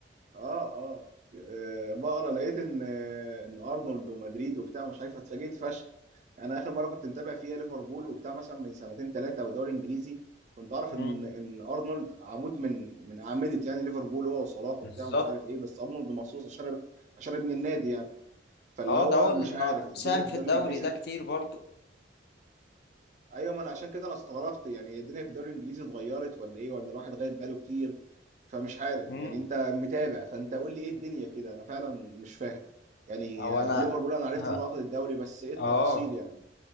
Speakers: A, on the right; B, on the left.
A: اه اه آه، بقرا لقيت ان آه، ان ارنولد ومدريد وبتاع مش عارف اتفاجئت فشخ انا اخر مره كنت متابع فيها ليفربول وبتاع مثلا من سنتين ثلاثه او دوري انجليزي كنت اعرف
B: مم.
A: ان ان ارنولد عمود من من اعمده يعني ليفربول هو وصلاح
B: بالظبط
A: وبتاع ومش عارف ايه بس ارنولد مخصوص عشان عشان ابن النادي يعني فاللي
B: اه
A: هو
B: ده هو اللي
A: مش عارف
B: نا- ساهم
A: الدنيا في
B: في
A: الدوري
B: الدوري
A: الانجليزي
B: ده كتير برضه
A: ايوه ما انا عشان كده انا استغربت يعني هي الدنيا في الدوري الانجليزي اتغيرت ولا ايه ولا الواحد غايب بقاله كتير فمش عارف
B: امم
A: يعني انت متابع فانت قول لي ايه الدنيا كده انا فعلا مش فاهم يعني
B: او
A: آه،
B: انا
A: ليفربول انا عرفت
B: ه-
A: انه اخذ الدوري بس ايه التفاصيل
B: اه
A: يعني